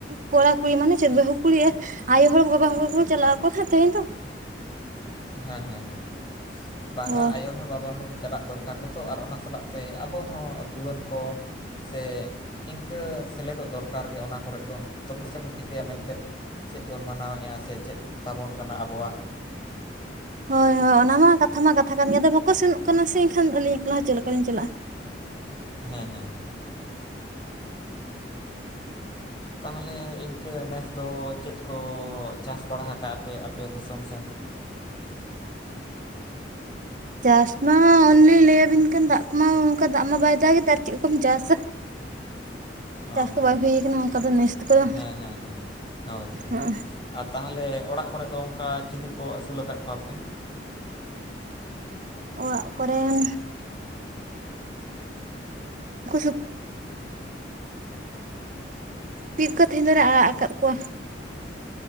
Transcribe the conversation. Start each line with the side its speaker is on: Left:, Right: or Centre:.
Right: ᱠᱚᱲᱟ ᱠᱩᱲᱤ ᱢᱟᱱᱮ ᱪᱮᱫ ᱵᱟᱹᱦᱩ ᱠᱩᱲᱤᱼᱟ ᱟᱭᱳ ᱦᱚᱲ ᱵᱟᱵᱟ ᱦᱚᱲ ᱠᱚᱠᱚ ᱪᱟᱞᱟᱜ ᱟᱠᱚ ᱦᱟᱜ ᱛᱮᱦᱮᱧ ᱫᱚ
Left: ᱦᱮᱸ ᱦᱮᱸ ᱦᱮᱸ ᱵᱟᱝᱟ
Right: ᱦᱳᱭ
Left: ᱟᱭᱳ ᱦᱚᱲ ᱵᱟᱵᱟ ᱦᱚᱲ ᱫᱚ ᱪᱟᱞᱟᱜ ᱫᱚᱨᱠᱟᱨ ᱠᱟᱨ ᱜᱮᱛᱚ ᱟᱨ ᱚᱱᱟ ᱥᱟᱞᱟᱜ ᱛᱮ ᱟᱵᱚ ᱦᱚᱸ ᱡᱩᱣᱟᱹᱱ ᱠᱚ ᱥᱮ ᱤᱱᱠᱟᱹ ᱥᱮᱞᱮᱫᱚᱜ ᱫᱚᱨᱠᱟᱨ ᱜᱮ ᱚᱱᱟ ᱠᱚᱨᱮ ᱫᱚ ᱛᱚᱵᱮ ᱥᱮ ᱵᱚᱱ ᱴᱷᱤᱠᱟᱹᱭᱟ ᱢᱮᱱᱛᱮᱫ ᱪᱮᱫ ᱵᱚᱱ ᱢᱟᱱᱟᱣᱮᱫᱼᱟ ᱥᱮ ᱪᱮᱫ ᱛᱟᱵᱚᱱ ᱠᱟᱱᱟ ᱟᱵᱚᱣᱟᱜ
Right: ᱦᱳᱭ ᱦᱳᱭ ᱚᱱᱟ ᱢᱟ ᱠᱟᱛᱷᱟ ᱢᱟ ᱠᱟᱛᱷᱟ ᱠᱟᱱ ᱜᱮᱭᱟ ᱟᱫᱚ ᱵᱟᱠᱚ ᱥᱮᱱᱚᱜ ᱠᱟᱱᱟ ᱥᱮ ᱮᱱᱠᱷᱟᱱ ᱟᱹᱞᱤᱧ ᱮᱠᱞᱟ ᱦᱚᱸ ᱪᱮᱫ ᱞᱮᱠᱟ ᱞᱤᱧ ᱪᱟᱞᱟᱜᱼᱟ
Left: ᱦᱮᱸ ᱦᱮᱸ ᱦᱮᱸ ᱛᱟᱦᱚᱞᱮ ᱤᱱᱠᱟᱹ ᱱᱮᱥ ᱫᱚ ᱪᱮᱫ ᱠᱚ ᱪᱟᱥ ᱵᱟᱲᱟ ᱦᱟᱠᱟᱜᱼᱟ ᱯᱮ ᱟᱯᱮ ᱫᱤᱥᱚᱢ ᱥᱮᱱ
Right: ᱪᱟᱥ ᱢᱟ ᱚᱱᱮᱞᱤᱧ ᱞᱟᱹᱭᱟᱵᱤᱱ ᱠᱟᱱ ᱫᱟᱜ ᱠᱚᱢᱟ ᱚᱱᱠᱟ ᱫᱟᱜ ᱢᱟ ᱵᱟᱭ ᱫᱟᱜ ᱮᱫᱟ ᱟᱨ ᱪᱮᱫ ᱠᱚᱢ ᱪᱟᱥᱟ
Left: ᱚ
Right: ᱪᱟᱥ
Left: ᱦᱚᱸ
Right: ᱠᱚ ᱵᱟᱝ ᱦᱩᱭᱟᱠᱟᱱᱟ ᱚᱱᱠᱟ
Left: ᱛᱟ-
Right: ᱫᱚ ᱱᱮᱥ ᱠᱚᱫᱚ
Left: ᱦᱮᱸ ᱦᱮᱸ ᱦᱮᱸ ᱦᱳᱭ ᱦᱳᱭ
Right: ᱦᱮᱸ
Left: ᱟᱨ ᱛᱟᱦᱚᱞᱮ ᱚᱲᱟᱜ ᱠᱚᱨᱮ ᱫᱚ ᱚᱱᱠᱟ ᱪᱤᱞᱤ ᱠᱚ ᱟᱹᱥᱩᱞ ᱟᱠᱟᱫ ᱠᱚᱣᱟᱯᱮ
Right: ᱚᱲᱟᱜ ᱠᱚᱨᱮᱱ <unintelligible> <unintelligible> ᱠᱚ ᱛᱤᱦᱤᱧ ᱫᱚᱞᱮ ᱟᱲᱟᱜ ᱟᱠᱟᱫ ᱠᱚᱣᱟ